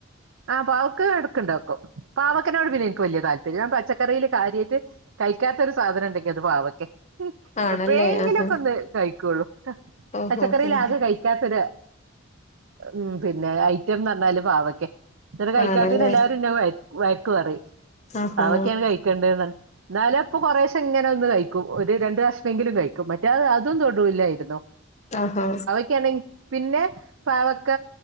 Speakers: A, on the right (about 65°); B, on the left (about 35°).
A: ആഹ് പാവക്ക് എടുക്കണ്ടാക്കും പാവക്കനോട് പിന്നെ എനിക്ക് വലിയ താൽ പിനെ ഞൻ പച്ചക്കറിൽ കാര്യായ്ട്ട് കഴിക്കാത്തൊരു സാധനം ഉണ്ടെങ്കിൽ അത് പാവക്കെ
B: ആണല്ലേ
A: എപ്പയേങ്കിലൊക്കെ
B: ആഹാ
A: ഒന്ന് കഴിക്കുള്ളൂ
B: ഓഹോ
A: പച്ചക്കറിയില
B: ഉം
A: ആകെ കഴിക്കാത്തൊരു ഉം പിന്നെ ഐ റ്റം ന്നർഞ്ഞാല് പാവക്കെ ന്നട്ട് കഴിക്കാത്തയ്ന്
B: ആണല്ലേ
A: എല്ലാരും ന്നെ വയക്കുവറി
B: ആഹാ
A: പാവക്കെയാണ് കഴിക്കേണ്ടത് ന്നാലപ്പൊ കുറേഷ് എങ്ങനെ ഒന്ന് കഴിക്കും ഒരു രണ്ട കഷ്ണങ്കിലും കഴിക്കും മറ്റേ അതും തൊടൂല്ലായിരുന്നു
B: ഓഹ് ഹോ
A: ക്ക്യാണെ പിന്നെ പാവക്ക